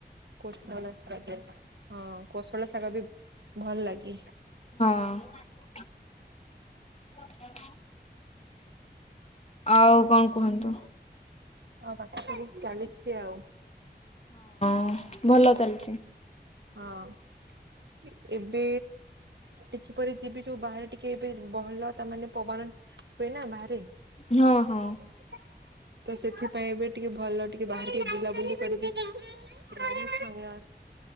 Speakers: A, on the right; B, on the left.
A: କୋଶଳ ଶାଗ ହଁ କୋଶଳ ଶାଗ ବି ଭଲ ଲାଗେ।
B: ହଁ। ଆଉ କଣ କୁହନ୍ତୁ?
A: ହଁ ବାଛୁରି ଚାଲିଛି ଆଉ।
B: ହ ଭଲ ଚାଲିଛି।
A: ହଁ ଏବେ ଟିକି ପରି ଯିବି ଯୋଉ ବାହାରେ ଟିକେ ଏବେ ବହଲ ତା ମାନେ ପବନ ହୁଏନା ବାହାରେ।
B: ହଁ
A: ତ
B: ହଁ।
A: ସେଥିପାଇଁ ଏବେ ଟିକେ ଭଲ ଟିକେ ବାହାର ଟିକେ ବୁଲାବୁଲି କରିଦେ <unintelligible>